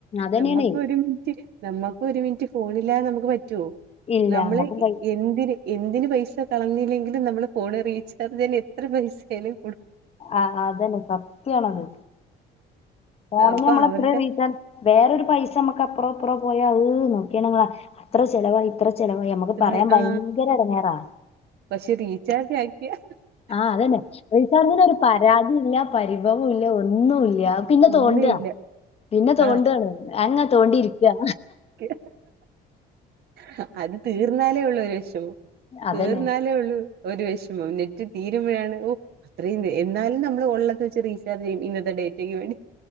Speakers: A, on the left (about 35°); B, on the right (about 70°).
A: അതന്നെയാണേ
B: നമ്മക്ക് ഒരു മിനിറ്റ് നമ്മുക്കരു മിനിറ്റ് ഫോണില്ലാതെ നമുക്ക് പറ്റൊ?
A: ഇല്ല
B: നമ്മളെ
A: നമ്മക്കും കഴി
B: എന്തിന് എന്തിന് പൈസ കളഞ്ഞില്ലെങ്കിലും, നമ്മള് ഫോണ് റീചാർജിന് എത്ര പൈസായാലും
A: ആഹ അ അതന്നെ സത്യയാണത്. ഫോണിന്
B: അപ്പൊ
A: മ്മളത്ര
B: അവരുടെ
A: റീചാർജ്. വേറൊരു പൈസ നമ്മുക്ക്പ്പറപ്പ് റോ പോയാ അഹ് നോക്കിയണങ്ങളാ അത്ര ചെലവ ഇത്രചെലവ ഞമ്മക്ക്
B: ഉത്തരവായി
A: പറയാൻ ഭയങ്കര
B: ആ
A: എടങ്ങേറാ.
B: പക്ഷെ റീ ചാർജാക്കിയ. ഹ
A: ആഹ അതന്നെ റീചാജിന് ഒരു പരാതീ ല്ല പരിഭവോല്ല ഒന്നൂല്ല. പിന്നെ
B: ഒന്നുമില്ല
A: തോണ്ട, പിന്നെ തോണ്ടാണ്
B: ആ
A: അങ് തോണ്ടിയിരിക്കാ.
B: ഹ ഹ അത് തീർന്നാലേഒള്ളുരു വിഷമം
A: അതന്നെ
B: തീർന്നാലേ ഉള്ളൂ ഒരു വെഷമം നെറ്റ് തീരുമ്പഴാണ്. ഓ അത്രയും തെ എന്നാലും നമ്മള് ഒള്ളത് വച്ച് റീചാർജ് ചെയ്യും ഇന്നത്തെ ഡേറ്റയ്ക്ക് വേണ്ടി.